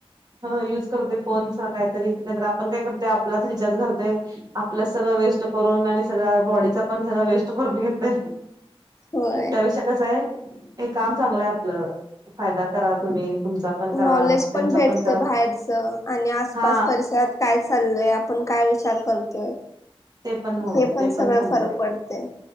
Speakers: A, on the right; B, on the left.
A: हं युज करतोय फोनचा काहीतरी, नाहीतर आपण काय करतोय, आपलाच रिचार्ज घालतोय, आपलंच सगळं वेस्ट करून आणि सगळं बॉडीचा पण सगळं वेस्ट करून घेतोय.
B: होय
A: त्यापेक्षा कसं आहे, हे काम चांगलं आहे आपलं, फायदा करा तुम्ही तुमचा पण करा
B: नॉलेज पण
A: त्यांचा
B: भेटतय
A: करा
B: बाहेरचं, आणि आसपास
A: हा
B: परिसरात काय चाललय, आपण काय विचार करतोय,
A: ते पण होय
B: हे पण
A: ते
B: सगळं
A: समजते
B: फरक पडतय,